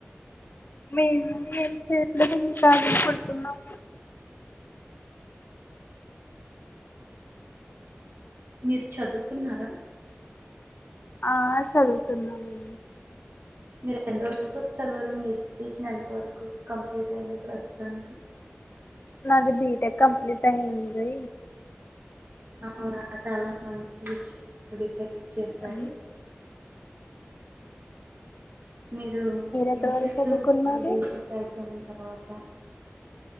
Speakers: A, on the left (about 50°); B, on the right (about 55°).
A: మేము ఏం చేయట్లేదు కలిగ పడుకున్నాం
B: మీరు చదువుకున్నారా
A: ఆ చదువుతున్నామం
B: మీర్ ఎంతవరకు చదివార్, మీ ఎడ్యుకేషన్ ఎంత వరకు కంప్లీట్ అయింది ప్రస్తుతానికి.
A: నాది బీటెక్ కంప్లీట్ అయిందింది
B: అవునా చాలా మంచి విషయం అండి తే చేశారు
A: అ
B: మీరు
A: ఎక్కడ
B: ఏం
A: వరకు
B: చేస్తూ
A: చదువుకున్నారు
B: ఉన్నారు బీటెక్ అయిపోయిన తర్వాత